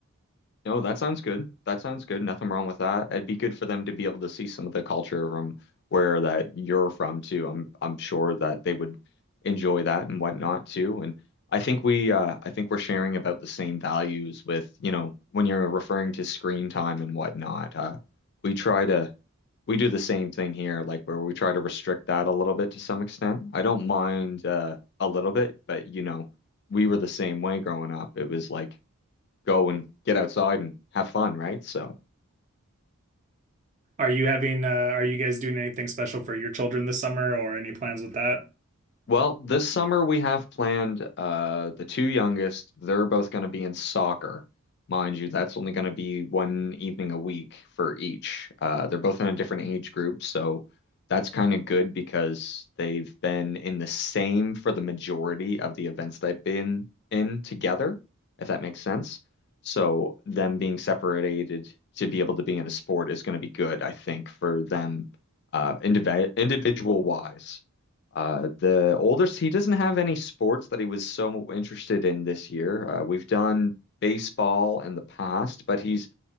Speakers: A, on the left; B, on the right.
A: No, that sounds good. That sounds good. Nothing wrong with that. It'd be good for them to be able to see some of the culture from where that you're from too. I'm I'm sure that they would enjoy that and whatnot too. And I think we uh I think we're sharing about the same values with, you know, when you're referring to screen time and whatnot. Uh we try to we do the same thing here, like where we try to restrict that a little bit to some extent. I don't mind uh, a little bit, but you know, we were the same way growing up. It was like go and get outside and have fun, right? So
B: Are you having uh are you guys doing anything special for your children this summer or any plans with that?
A: Well, this summer we have planned uh the two youngest, they're both going to be in soccer. Mind you, that's only going to be one evening a week for each. Uh they're both in a different age group, so that's kind of good because they've been in the same for the majority of the events they've been in together, if that makes sense. So them being separated to be able to be in a sport is going to be good, I think, for them uh indivi individual wise. Uh, the oldest, he doesn't have any sports that he was so interested in this year. Uh, we've done baseball in the past, but he's,